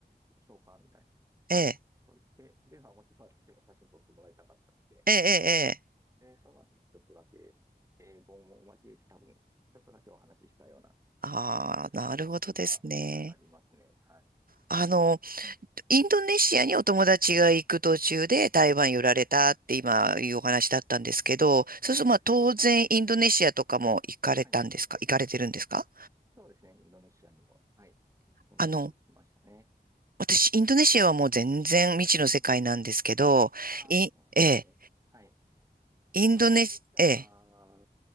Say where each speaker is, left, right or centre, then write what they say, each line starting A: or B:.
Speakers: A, on the right; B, on the right.
A: 撮りましょうか、みたいなこ
B: ええ、
A: とを言って、で、まあ、もちろん私も写真撮ってもらいたかったので、
B: ええ、ええ。ええ
A: で、その後、ちょっとだけ英語も交えて多分、ちょっとだけお話ししたような
B: ああ、なるほどですね。
A: 記憶がありますね。はい。
B: あの、インドネシアにお友達が行く途中で台湾寄られたって今いうお話だったんですけど、そうするとまあ当然インドネシアとかも行かれたんですか行かれてるんですか
A: そうですね。はい。そうですね。インドネシアにも、はい。その時行きましたね。
B: あの、私インドネシアはもう全然未知の世界なんですけど、
A: はい。ああ、
B: い、
A: そうなんですね。
B: ええ、
A: はい。
B: インドネシ、
A: まあ、インドネシア、
B: ええ、